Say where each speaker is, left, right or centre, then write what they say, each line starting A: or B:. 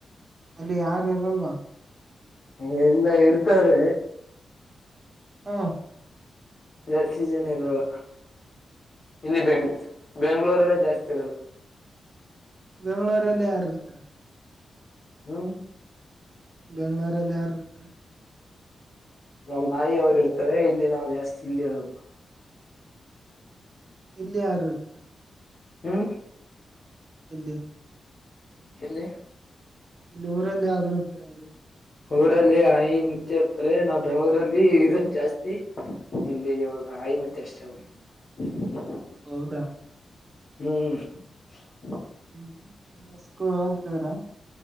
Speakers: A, on the right; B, on the left.
A: ಅಲ್ಲಿ ಯಾರು ಇರಲ್ವಾ
B: ಹ ಇಲ್ಲ ಇತಾರೆ
A: ಹಾ
B: ಜಾಸ್ತಿ ಜನ ಇರಲ್ಲ ಇಲ್ಲಿ ಬೆಂಗ್ ಬೆಂಗ್ಳೂರಲ್ಲ ಜಾಸ್ತಿ ತಿ <unintelligible>
A: ಬೆಂಗಳೂರಲ್ಲಿ ಯಾರು ಇರ್ತಾರೆ
B: ಹ್ಮ್
A: ಬೆಂಗಳೂರಲ್ಲಿಯಾರು ಇರ್ತಾರೆ
B: ನಮ್ಮ್ ತಾಯಿ ಅವರು ಇರ್ತಾರೆ ಇಲ್ಲಿ ನಾವ್ ಜಾಸ್ತಿ ಇಲ್ಲಿ ಅದು
A: ಇಲ್ಲಿ ಯಾರು ಇರ್ತಾರೆ
B: ಹ್ಮ್
A: ಇಲ್ಲಿ
B: ಎಲ್ಲಿ
A: ಇಲ್ಲಿ ಊರಲ್ಲಿ ಯರೂರು ಇರ್ತೀರಗೆ
B: ಊರಲ್ಲಿ ಹಾಯಿ ಮುಚ್ಚೆ <unintelligible> ಇರ್ತಾರೆ ನಾವ್ ಬೆಂಗಳೂರಲ್ಲಿ ಇ ಜಾಸ್ತಿ ಇಲ್ಲಿ ಇವಾಗ ಐಮತ್ತ ಅಷ್ಟ <unintelligible>
A: ಹೌದಾ
B: ಹ್ಮ್್ಮ
A: ಹ್ಮ್ಸ್ಕ ಹೋಗತವರ